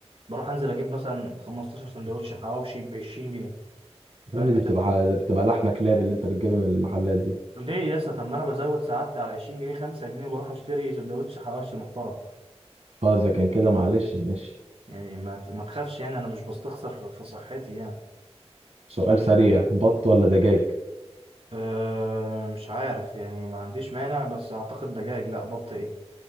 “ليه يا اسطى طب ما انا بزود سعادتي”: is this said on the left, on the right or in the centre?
Right